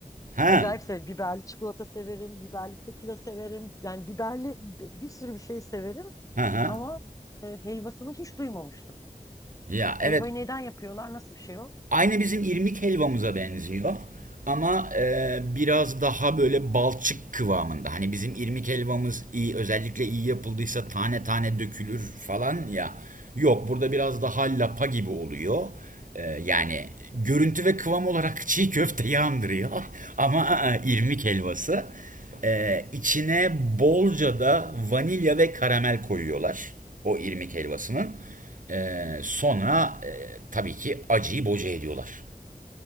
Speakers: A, on the right (about 70°); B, on the left (about 25°).
A: Ha,
B: Acayip severim. Biberli çikolata severim, biberli tekila severim. Yani biberli bi- bir sürü bir şey severim.
A: ha, ha.
B: Ama e, helvasını hiç duymamıştım.
A: Ya evet
B: Helvayı neden yapıyorlar? Nasıl bir şey o?
A: Aynı bizim irmik helvamıza benziyor. Ama e, biraz daha böyle balçık kıvamında. Hani bizim irmik helvamız iyi, özellikle iyi yapıldıysa tane tane dökülür falan ya. Yok, burada biraz daha lapa gibi oluyor. E, yani görüntü ve kıvam olarak <laughs> çiğ köfte andırıyor. <laughs> Ama e, irmik helvası. E, içine bolca da vanilya ve karamel koyuyorlar. O irmik helvasının. E, sonra e, tabii ki acıyı boca ediyorlar.